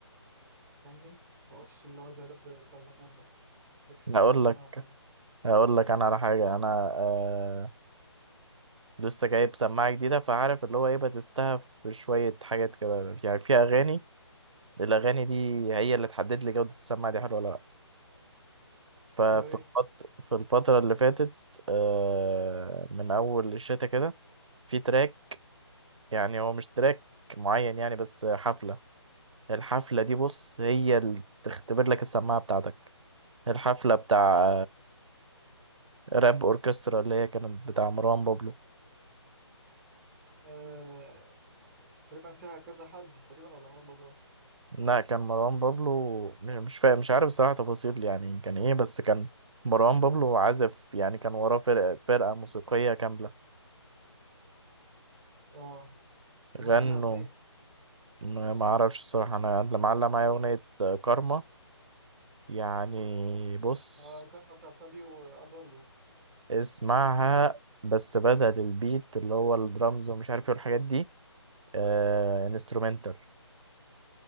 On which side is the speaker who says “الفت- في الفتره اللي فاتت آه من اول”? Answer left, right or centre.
Right